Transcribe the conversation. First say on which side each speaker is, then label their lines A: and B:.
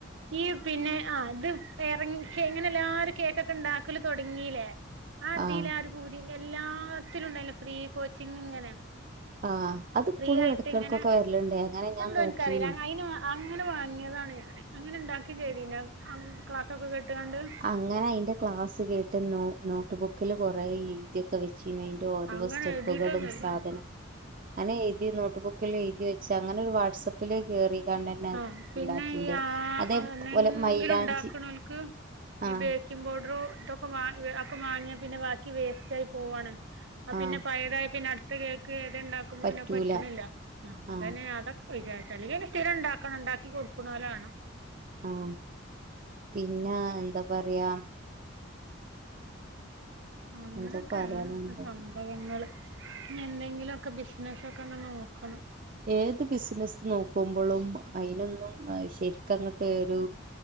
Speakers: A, on the right (about 60°); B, on the right (about 40°).
A: ഈ പിന്നെ ആ ഇത് എറങ്ങി കെ ഇങ്ങനെ എല്ലാരും കേക്കൊക്കെ ഉണ്ടാക്കല് തുങ്ങീലെ, ആ
B: ആഹ്
A: ഇതീല് ആരു പൂതി, എല്ലാത്തിലും ഉണ്ടായില്ല ഫ്രീ കോച്ചിങ് ഇങ്ങനെ
B: ആഹ് അതിപ്പോഴും
A: ഫ്രീ ആയിട്ട്
B: ഇടക്കിടക്കൊക്കെ
A: ഇങ്ങനെ,
B: വരലുണ്ട് അങ്ങനെ
A: ഇപ്പോ
B: ഞാൻ
A: ഇണ്ടോന്ന്
B: നോക്കീനു
A: എനിക്കറീല. അയിന് അങ്ങനെ വാങ്ങിയതാണ് ഞാന്. അങ്ങനെ ഉണ്ടാക്കിം ചെയ്തീന് ക്ലാസ്സൊക്കെ കേട്ട്കാണ്ട്.
B: ഇങ്ങനെ അതിന്റെ ക്ലാസ് കേട്ട് നോ നോട്ട് ബുക്കിൽ കുറേ എഴുതി ഒക്കെ വെച്ചീന്നു. ങ്ങട്ട് ഓരോ
A: അങ്ങനെ
B: സ്റ്റെപ്പുകളും,
A: എഴുതിയിട്ടൊന്നുമില്ല
B: സാധനം അങ്ങനെ എഴുതി നോട്ട്ബുക്കില് എഴുതി വെച്ച് അങ്ങനെ ഒരു വാട്സപ്പില് കേറിക്കാണ്ടന്നെ
A: ആഹ് പിന്നെ
B: ഉണ്ടാക്കിന്റെ
A: ഈ ആ
B: അതേപോലെ
A: എന്നെങ്കിലും
B: മൈലാഞ്ചി
A: ഉണ്ടാക്കണോർക്ക്
B: ആഹ്
A: ഈ ബേക്കിങ്‌ പൗഡറ് ഇതൊക്കെ വാങ്ങി ഒക്കവാങ്ങിയാ പിന്നെ ബാക്കി വേസ്റ്റായി പോവാണ് അ
B: ആഹ്
A: പിന്നെ പഴയതായ പിന്നെ അടുത്ത കേക്ക് ഏതെണ്ടാക്കുമ്പോ
B: പറ്റൂല
A: പിന്നെ പറ്റണില്ല ആ അതന്നെ
B: ആഹ്
A: ഞാ അതൊക്കെ വിചാരിച് അല്ലെങ്കിൽ പിന്നെ സ്ഥിരം ഉണ്ടാക്കണം ഉണ്ടാക്കി കൊടുക്കുണോലാവണം
B: ആഹ് പിന്ന എന്ത പറയാ
A: അങ്ങനക്കെ
B: എന്തോ പറയാൻ
A: ആണ്ഇപൊ
B: നിന്നത്
A: സം സംഭവങ്ങള് ഇഞ് എന്തെങ്കിലൊക്കെ ബിസിനസൊക്കെ അങ്ങ് നോക്കണം
B: ഏത് ബിസിനസ് നോക്കുമ്പൊളും അയിനൊന്നും ശരിക്കങ്ങട്ട് ഒരു